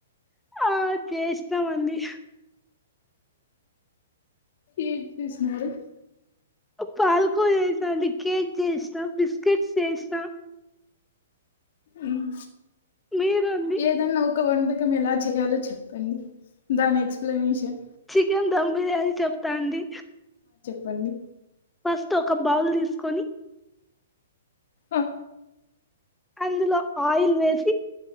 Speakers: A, in the centre; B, on the left.
A: ఆ చేస్తామండి
B: ఏం చేస్తున్నారు
A: పాల్కో చేసాండి కేక్ చేసినా బిస్కెట్స్ చేసినా
B: ఉమ్
A: మీరు అండి
B: ఏదన్నా ఒక వంట కం ఎలా చేయాలో చెప్పండి దాని ఎక్స్ప్లెనేషన్
A: చికెన్ ధమ్ బిర్యానీ చెప్తాండి
B: పండి
A: ఫస్ట్ ఒక బౌల్ తీసుకొని
B: ఆ
A: అందులో ఆయిల్ వేసి